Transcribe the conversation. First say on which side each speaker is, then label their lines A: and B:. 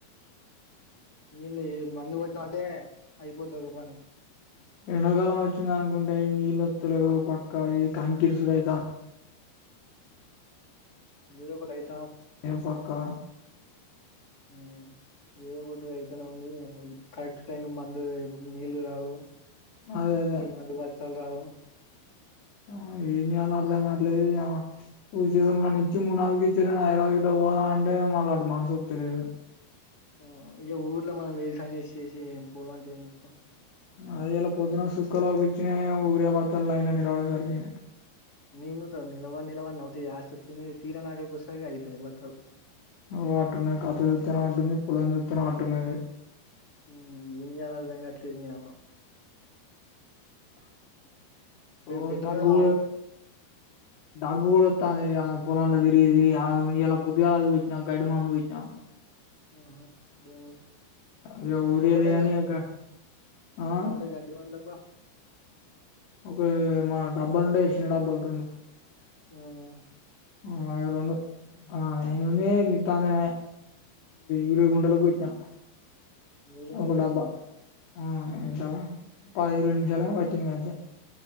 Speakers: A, on the left; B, on the left.
A: ఏం లే ఈ మందు కొట్టినావంటే అయిపోతది ఒక పని
B: ఎండాకాలం వచ్చింద అనుకుంటే ఈ నీళ్ళు పతులు ఓ పక్క ఈ కాంకి ఇరుసుడు అయితాంది
A: ఏదొకటైతాంది
B: ఎవకా
A: మ్ ఏదో ఒకటి అయితనే ఉంది కరెక్ట్ టైం కి మందు నీళ్ళ రావు
B: అదే అదే
A: ఈ మందు బత్తాలు రావు
B: మ్ ఎం చెయ్యాలో అర్థం కాట్లేదు ఇగ ఈ జీవన్ గాన్ని నిజంగా <unintelligible> పోదా అంటే మళ్ళా అట్ట మనసోప్త లేదు
A: ఆ ఇక ఊర్లో మనం తెల్సింక చేసి ఏం పో అంటే ఏం పోతాం
B: అది ఇలా పొద్దున సుక్కలోపించిన ఊరియా పాతాల నైన్ని రావడంసరికి
A: నింగుతావ్ నిల్వ నిల్వ నవత ఎస్టొచ్చింది తీరా నాగర్కి వసరి అయిపోయిన బత్తాలు
B: ఓ అటున్నాయి కాత చుతేనే అటుంది పొలం చుస్తనే అటు ఉన్నది
A: ఇం ఎం చెయ్యాలో అర్థం కాట్లే నీ అమ్మ
B: ఓ
A: పెట్టిన
B: దగ్గు
A: కూడా ఆల్
B: దగ్గు కూడా ఒతంది పోలం తిరిగి తిరిగి అ ఇయల పొద్దుగాల అది కొట్టిన గడ్డి మందు కొట్టిన
A: ఆహా అదే
B: ఇగ ఊరియా
A: ఎంత వడ్డది
B: లేదని
A: గ
B: ఇక ఆ
A: ఎంత వడ్డది గడ్డి మందికి
B: ఒక మా డబ్బలుంటే చిన్న డబ్బ అంత
A: హ
B: అయి రెండు ఆ ఏముంది గింతంతనే ఇరు గుంటలకి కొట్టిన
A: ఇరవై గుంటలకు
B: ఒక
A: కొట్టినావా
B: డబ్బా ఆ <unintelligible>
A: ఆహా
B: ఒక ఇరవై నిమిషాలు ఏమో వటింది అంతే